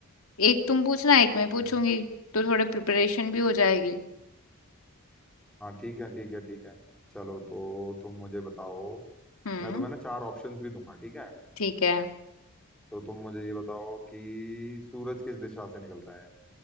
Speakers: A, on the left; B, in the centre.
A: एक तुम पूछना एक
B: ठीक
A: मैं पूछूंगी
B: है
A: तो थोड़े प्रिपरेशन भी हो जाएगी
B: हाँ ठीक है ठीक है ठीक है चलो तो तुम मुझे बताओ
A: हम्म
B: मैं तुम्हें ना चार ऑप्शंस भी दूंगा ठीक है
A: ठीक है
B: तो तुम मुझे ये बताओ कि सूरज किस दिशा से निकलता है